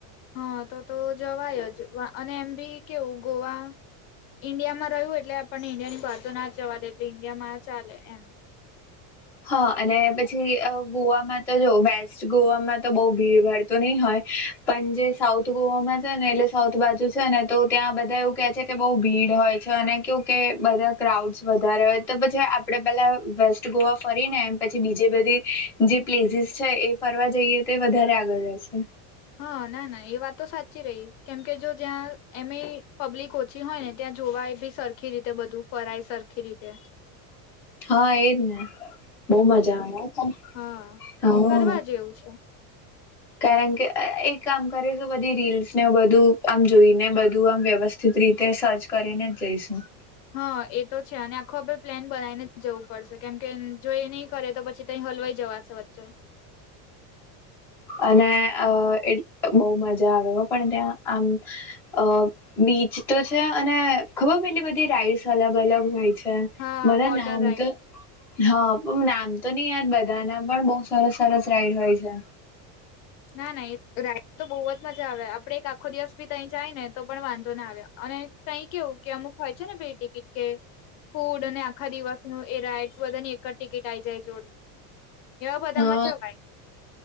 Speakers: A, on the left; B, in the centre.
A: હા તો તો જવાય જ અને એમ બી કેવું ગોવા ઈન્ડિયામાં રહ્યું એટલે આપણને ઈન્ડિયા ની બહારતો ના જ જવા દે એટલે ઈન્ડિયા માં ચાલે એમ
B: હા અને પછી ગોવામાં તો જો વેસ્ટ ગોવામાં તો બહ ભીડ ભાડ તો ની હોય પન જે સાઉથ ગોવામાં છે ને એટલે સાઉથ બાજુ છે ને તો ત્યાં બધા એવું કે છે કે બહુ ભીડ હોય છે અને કેવુ કે બધા ક્રાઉડ્સ વધારે હોય તો પછી આપડે પેલાં વેસ્ટ ગોવા ફરીને એમ પછી બીજે બધી જે પ્લેસીસ છે એ ફરવા જઈએ તે વધારે આગળ રહેશે.
A: હા ના ના એ વાત તો સાચી રહી કેમ કે જો જ્યાં એમે પબ્લિક જે હોય ને ત્યાં જોવાય બી સરખી રીતે બધું ફરાય સરખી રીતે
B: હા એજ ને બહ મજા આવે
A: હા
B: હા
A: કરવા જેવું છે
B: કારણ કે એક કામ કરેલુ બધી રીલ્સને બધું આમ જોઈને બધું આમ વ્યવ- સ્થિત રીતે સર્ચ કરીનેજ જઈશું.
A: હા એ તો છે અને આખું આપણે પ્લેન બનાવીને જ જવું પડશે કેમ કે જો એ નહી કરે તો પછી ત હલવાઈ જવા- સે વચ્ચે
B: અને અ એ બહ મજા આવે પણ ત્યાં આમ અ બીચ તો છે અને ખબર પેલી બધી રાઈડ્સ અલગ અલગ હોય છે.
A: હા
B: મને
A: વોટર
B: નામ
A: રાઈડ
B: તો હા પણ નામ તો નહી યાદ બધાના પણ બહુ સરસ સરસ રાઈડ હોય છે. <inaudible>
A: ના ના રાઇડ તો બોવ જ મજા આવે આપડે એક આખો દિવસ ભી થઇ જાય ને તો પણ વાંધો ના આવે અને તહી કેવું કે અમુક હોય છે ને બે ટિકિટ કે ફૂડ અને આખા દિવસનું એ રાઈડસ બધાની એક જ ટિકિટ આઈ જાય જોડે એવા બધામાં
B: હઅ.
A: જવાય